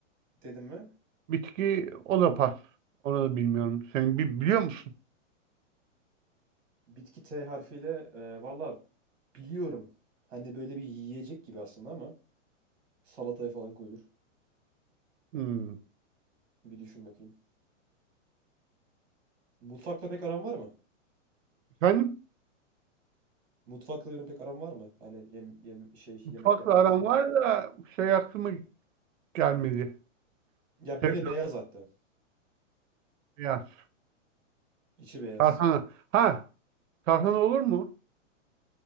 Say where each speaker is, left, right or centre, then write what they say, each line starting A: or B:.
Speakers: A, on the right; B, on the right.
A: dedim mi?
B: Bitki o da pas. Onu da bilmiyorum. Sen bi- biliyor musun?
A: Bitki T harfiyle e, valla biliyorum. Hani böyle bir yiyecek gibi aslında ama salataya falan koyulur.
B: Hmm.
A: Bir düşün bakayım. Mutfakla pek aran var mı?
B: Efendim?
A: Mutfakla yorum pek aran var mı? Hani yem, yem- şey
B: Mutfakla
A: yemek yapma
B: aram
A: hazırlama.
B: var da şey aklıma gelmedi.
A: Ya
B: Sebze
A: böyle beyaz hatta.
B: beyaz.
A: İçi beyaz.
B: Tarhana. Ha, tarhana olur mu?